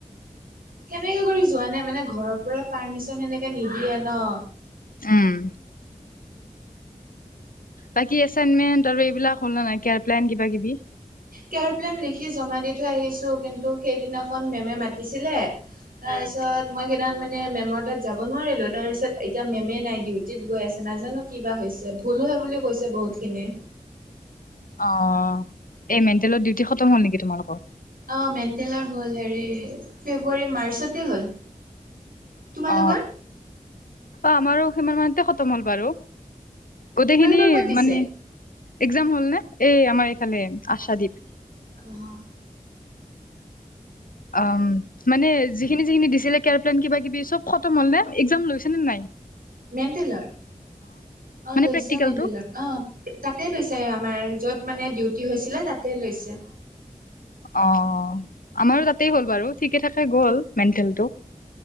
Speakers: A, on the right (about 80°); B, on the left (about 75°).
A: সেনেকে কৰি যোৱা নাই মানে ঘৰৰ পৰা পাৰ্মিচন সেনেকে নিদিয়ে ন'
B: উম। বাকী এচাইনমেণ্ট আৰু এইবিলাক হ'ল নাই কেয়াৰ প্লেন কিবা কিবি
A: কেয়াৰ প্লেন লিখি জমা দি থৈ আহিছো কিন্তু সেইদিনাখন মেমে মাতিছিলে তাৰ
B: উম।
A: পিছত মই সেইদিনা মানে মেমৰ তাত যাব নোৱাৰিলো তাৰ পিছত এতিয়া মেমে নাই ডিউটিত গৈ আছে নাজানো কিবা হৈছে ভুলো হয় বুলি কৈছে বহুত খিনি
B: অ, 'এই মেণ্টেলত ডিউটি খতম হ'ল নেকি তোমালোকৰ
A: অ, '' মেণ্টেলৰ হ'ল হেৰি ফেব্ৰুৱাৰী মাৰ্চতে হ'ল। তোমালোকৰ
B: অ, 'অ, 'আমাৰো সিমান মানতে খতম হ'ল বাৰু গোটেইখিনি
A: তোমালোকৰ ক'ত দিছে?
B: মানে এক্জাম হ'ল নে এই আমাৰ এইফালে আশাদ্বীপ
A: অ'!
B: উম। মানে যিখিনি -যিখিনি দিছিলে কেযাৰ প্লেন কিবা কিবি চব খতম হ'ল নে এক্জাম লৈছে নে নাই
A: মেণ্টেলৰ অ, '
B: মানে
A: লৈছে
B: প্ৰেক্টিকেলটো?
A: মেনটেলাৰ অ। তাতে লৈছে আমাৰ য'ত মানে ডিউটি হৈছিলে তাতে লৈছে।
B: অ, 'আমাৰো তাতেই হ'ল বাৰু ঠিকে থাকে গ'ল মেন্টেল টো